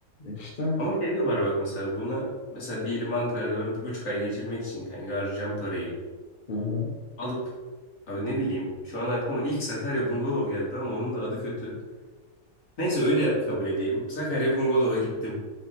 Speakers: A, on the left (about 40°); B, on the left (about 65°).
A: işte
B: Ama şey de var bak mesela buna mesela diyelim Ankara'da ben bir buçuk ay geçirmek için kanka harcayacağım parayı
A: hı hı.
B: alıp abi ne bileyim şu an aklıma ilk Sakarya Bungalov geldi ama onun da adı kötü. Neyse öyle kabul edeyim. Sakarya Bungalov'a gittim.